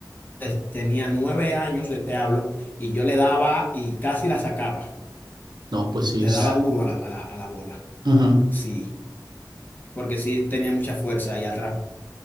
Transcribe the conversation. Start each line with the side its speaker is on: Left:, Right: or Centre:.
Left: de- tenía nueve años, de te hablo, y yo le daba y casi la sacaba.
Right: No, pues sí.
Left: Te
Right: es-
Left: daba duro a la, a la, a la bola.
Right: ujú,
Left: Sí, porque sí tenía mucha fuerza y atrapaba